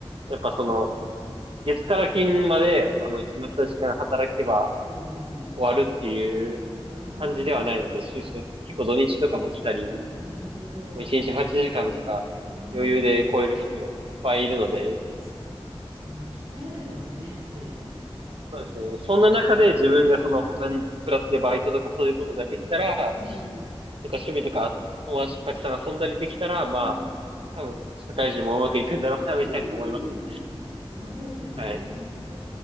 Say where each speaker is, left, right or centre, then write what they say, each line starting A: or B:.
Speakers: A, on the right; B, on the right.
A: やっぱその、月から金まで、あの、決まった時間働けば
B: うんうんうん。
A: 終わるっていう
B: あ
A: 感じではないので、修士、
B: あ、
A: 結構土日とかも来たり、
B: あ、なるほど。
A: もう1日8時間とか
B: じゃ、わ
A: 余裕で超える人もいっぱいいるので、
B: あ、すごい。じゃあもう鍛えられてますね、すでに。
A: そうですね。そんな中で自分がその他にプラスでバイトとかそういうことができたら、
B: うん。うんうんうん。
A: とか趣味とか友達とたくさん遊んだりできたら、まあ、
B: うん、
A: 多分社会人もうまくいくんだろうな、
B: うん、
A: みたいな思いますね。
B: うん、うん。そうですよね。
A: はい。
B: へ